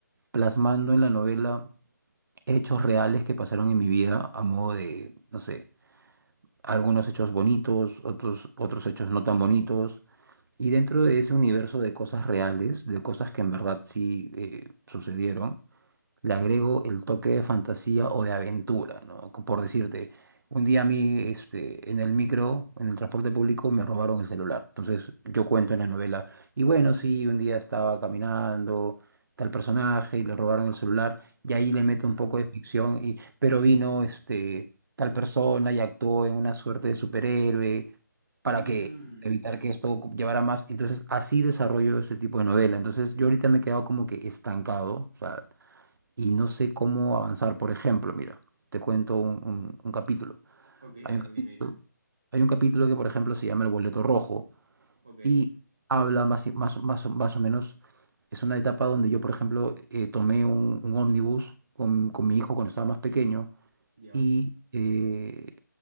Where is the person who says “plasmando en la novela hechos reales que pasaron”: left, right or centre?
Right